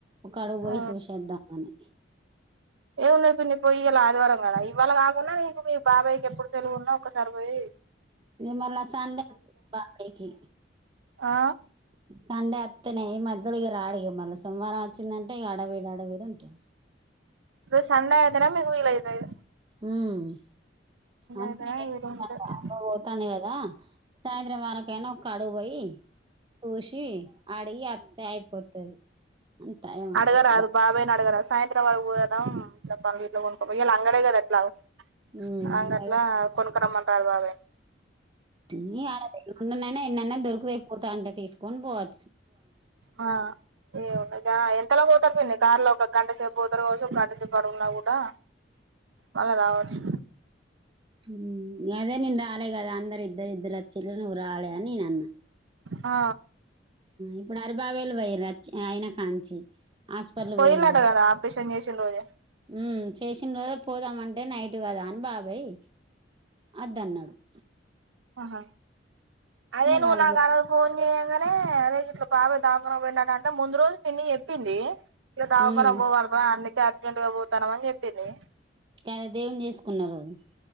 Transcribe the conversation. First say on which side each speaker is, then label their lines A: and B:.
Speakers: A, on the right (about 25°); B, on the right (about 85°).
A: ఒక అడుగు పోయి
B: ఆ
A: చూసేద్దామని
B: ఎం ఉన్నది పిన్ని పొయ్యి ఇయ్యాల ఆదివారం కదా ఇవాళ కాకుండా నీకు మీ బాబాయికి ఎప్పుడు తెలివి ఉన్నా ఒకసారిపోయి
A: మల్ల సండే బాబాయికి
B: ఆ
A: సండే త్తనే ఈ మధ్యల ఇగ రాడిగా మళ్ళ సోమవారం వచ్చిందంటే ఇగ అడవిడి అడవిడి ఉంటది.
B: ఉ సండే నే మికు విలైతది
A: హ్ అంతే
B: అయితేనే వీలు ఉంటది
A: అమ్మ పోతానే కదా సాయం ఎవరకైనా ఒక్కడువోయి చూసి అడిగి అత్తే అయిపోతది అంట ఏమంటారు
B: అడగరాదు
A: బా
B: బాబాయినిడగరాదు సాయంత్రం వరకు పోదాం ఇట్ల పండ్లుగిట్ల కొనుక్కోపొయి ఇయల అంగడే కదా ఎట్లాగో
A: ఉమ్
B: అంగట్లా
A: అదే
B: కొన్ పట్కరమ్మనరదు బాబాయి
A: ఈ అన్ననైనా ఎన్నన్నైన దొరుకుతయి పోతాంటె తీస్ కొన్ బోవచ్
B: ఆ ఏమున్నది ఆ ఎంతలా పో ఎంత పిన్ని కార్ల ఒక గంట సేపు పోతారు కావచ్చు ఒక గంటసేపు ఇక్కడున్నా కూడా మళ్ళ రావచ్చు
A: హూమ్ అదే నేన్ రాలె కదా అందరు ఇద్దర్ ఇద్దర్ అచ్చింరు నువు రాలె అని నేనన్న.
B: ఆ
A: ఇప్పుడు హరిబాబాయిలు పోయిరచ్చి అయిన కాంచి. హాస్పిటల్
B: పోయిలాట
A: పోయిళ్ళు.
B: కదా ఆపరేషన్ చేసిన రోజే
A: ఉమ్ చేశి. ననే పోదామం టే నైట్ కదా అని బాబాయ్ అద్దన్నడు. <inaudible>
B: ఆహా అదే నువ్వు
A: వాళ్ళు
B: నాకారోజు
A: పోయి
B: ఫోన్ చేయంగనే అదే గిట్ల బాబాయ్ దావఖనకు పోయిండట అంటే ముందు రోజు పిన్ని చెప్పిందీ. ఇగ దావఖనకు
A: మ్మ్,
B: పోవల్రా అన్ని అర్జెంట్ గా పోతానం అని చెప్పిందీ.
A: కాదే దేవున్ని చేసుకున్న రోజు.